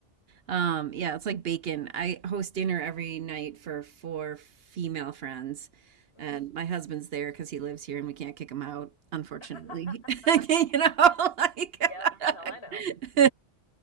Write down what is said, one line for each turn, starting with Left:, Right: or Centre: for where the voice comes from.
Right: Um, yeah, it's like bacon. I host dinner every night for four female friends,
Left: hmm
Right: and my husband's there because he lives here and we can't kick him out, unfortunately.
Left: <laughs>
Right: <laughs> You know, <laughs> like,
Left: Yep. No, I
Right: <laughs>
Left: know.